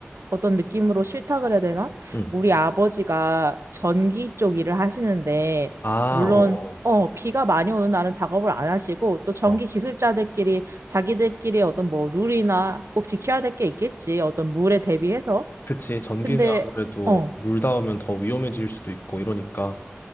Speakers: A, on the right; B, on the left.
A: 어떤 느낌으로 실탁그래야 되나?
B: 응.
A: 우리 아버지가 전기 쪽 일을 하시는데,
B: 아,
A: 물론,
B: 어, 어,
A: 어, 비가 많이 오는 날은 작업을 안 하시고, 또 전기
B: 어. 어.
A: 기술자들끼리 자기들끼리 어떤 뭐 룰이나 꼭 지켜야 될 게 있겠지. 어떤 물에 대비해서.
B: 그치. 전기는
A: 근데,
B: 아무래도
A: 어,
B: 물 닿으면 더 위험해질 수도 있고 이러니까